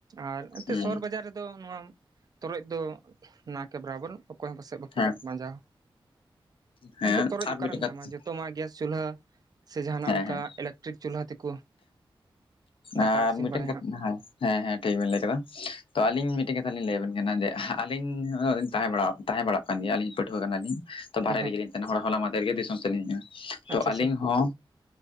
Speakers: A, on the right; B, on the left.
A: ᱟᱨ ᱮᱱᱛᱮᱫ
B: ᱦᱮᱸ
A: ᱥᱚᱦᱚᱨ ᱵᱟᱡᱟᱨ ᱨᱮ ᱫᱚ ᱱᱚᱣᱟ ᱛᱚᱨᱚᱡ ᱫᱚ ᱱᱟ ᱠᱮ ᱵᱚᱨᱟᱵᱚᱨ, ᱚᱠᱚᱭ ᱦᱚᱸ ᱯᱟᱥᱮᱡ ᱵᱟᱠᱚ
B: ᱦᱮᱸ
A: ᱢᱟᱸᱡᱟᱣᱟ ᱾
B: ᱦᱮᱸ
A: ᱮᱱᱛᱮᱫ ᱛᱚᱨᱚᱡ
B: ᱟᱨ
A: ᱚᱠᱟᱨᱮᱢ
B: ᱢᱤᱫᱴᱮᱱ ᱠᱟᱛᱷᱟ
A: ᱧᱟᱢᱟ ᱡᱚᱛᱚ ᱢᱟ ᱜᱮᱥ ᱪᱩᱞᱦᱟᱹ ᱥᱮ ᱡᱟᱦᱟᱱᱟᱜ
B: ᱦᱮᱸ
A: ᱚᱱᱠᱟ
B: ᱦᱮᱸ
A: ᱤᱞᱮᱠᱴᱨᱤᱠ ᱪᱩᱞᱦᱟᱹ ᱛᱮᱠᱚ ᱫᱟᱠᱟ
B: ᱟᱨ
A: ᱤᱥᱤᱱ
B: ᱢᱤᱫᱴᱮᱱ
A: ᱵᱟᱲᱟᱭᱟ
B: ᱠᱟ
A: ᱦᱟᱸᱜ
B: ᱦᱮᱸ ᱦᱮᱸ ᱦᱮᱸ ᱴᱷᱤᱠ ᱵᱤᱱ ᱞᱟᱹᱭ ᱠᱟᱫᱟ, ᱛᱚ ᱟᱞᱤᱧ ᱢᱤᱫᱴᱮᱱ ᱠᱟᱛᱷᱟ ᱞᱤᱧ ᱞᱟᱹᱭ ᱟᱵᱤᱱ ᱠᱟᱱᱟ ᱡᱮ ᱟᱞᱤᱧᱻ ᱛᱟᱦᱮᱸ ᱵᱟᱲᱟᱣ ᱛᱟᱦᱮᱸ ᱵᱟᱲᱟᱜ ᱠᱟᱱ ᱜᱮᱭᱟᱞᱤᱧ ᱯᱟᱹᱴᱷᱩᱣᱟᱹ ᱠᱟᱱᱟᱞᱤᱧ ᱛᱚ ᱵᱟᱦᱨᱮ
A: ᱦᱮᱸ ᱦᱮᱸ
B: ᱨᱮᱜᱮ ᱞᱤᱧ ᱛᱟᱦᱮᱱᱟ ᱾ ᱦᱚᱲ-ᱦᱚᱞᱟ ᱢᱟᱫᱷᱮᱨ ᱜᱮ ᱫᱤᱥᱚᱢ ᱥᱮᱫᱞᱤᱧ ᱦᱮᱡ ᱱᱟ, ᱛᱚ
A: ᱟᱪᱪᱷᱟ ᱟᱪᱪᱷᱟ
B: ᱟᱞᱤᱧ ᱦᱚᱸ